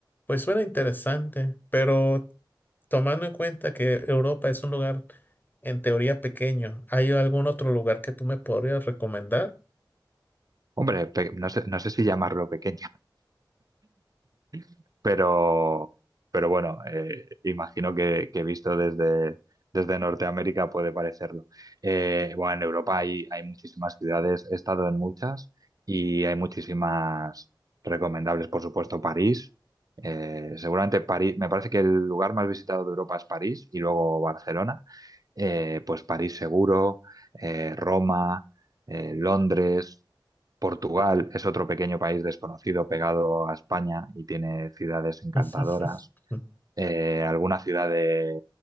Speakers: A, on the left (about 25°); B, on the right (about 50°).
A: pues suena interesante, pero tomando en cuenta que Europa es un lugar en teoría pequeño, ¿hay algún otro lugar que tú me podrías recomendar?
B: Hombre, pe- no sé, no sé si llamarlo pequeño, <laughs> pero, pero bueno, eh, imagino que, que visto desde, desde Norteamérica puede parecerlo. Eh, bueno, en Europa hay, hay muchísimas ciudades, he estado en muchas y hay muchísimas recomendables, por supuesto, París. Eh, seguramente París, me parece que el lugar más visitado de Europa es París y luego Barcelona eh, pues París seguro, eh, Roma, eh, Londres, Portugal es otro pequeño país desconocido pegado a España y tiene ciudades encantadoras
A: <laughs>
B: eh, alguna ciudad de